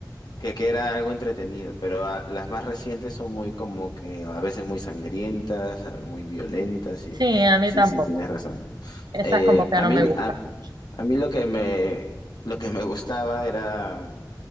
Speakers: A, on the left (about 70°); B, on the right (about 70°).
A: que, que era algo entretenido, pero a- las más recientes son muy como que a veces muy sangrientas, a- muy violentas, y
B: Sí, a mí
A: sí,
B: tampoco.
A: sí, tienes razón.
B: Esas
A: Eh,
B: como que
A: a
B: no
A: mí,
B: me gustan
A: a,
B: mucho.
A: a mí lo que me, lo que me gustaba era